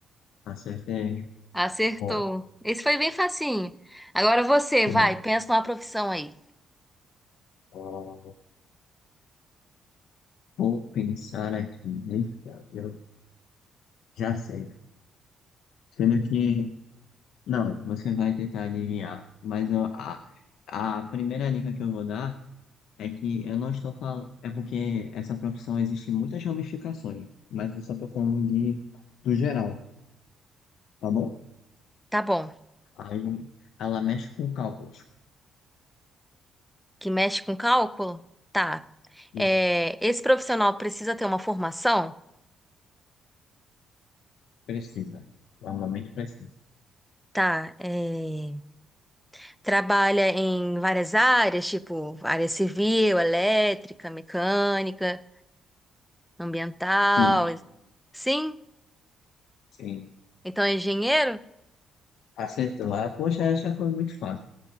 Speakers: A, on the left; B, in the centre.
A: acerta aí.
B: Acertou.
A: Ó,
B: Esse foi bem facinho. Agora você,
A: ó,
B: vai, pensa numa profissão aí.
A: ó. Vou pensar aqui, né? Eu já sei. Sendo que, não, você vai tentar adivinhar, mas ó, a, a primeira dica que eu vou dar. É que eu não estou falando. É porque essa profissão existe muitas ramificações, mas eu só estou falando de, do geral, tá bom?
B: Tá bom.
A: Aí ela mexe com cálculos.
B: que mexe com cálculo? Tá.
A: Isso,
B: É, esse profissional precisa ter uma formação?
A: precisa. Normalmente precisa.
B: Tá. É, trabalha em várias áreas, tipo área civil, elétrica, mecânica, ambiental.
A: Sim,
B: Sim?
A: sim.
B: Então é engenheiro?
A: Acertou. Ah, poxa, essa foi muito fácil.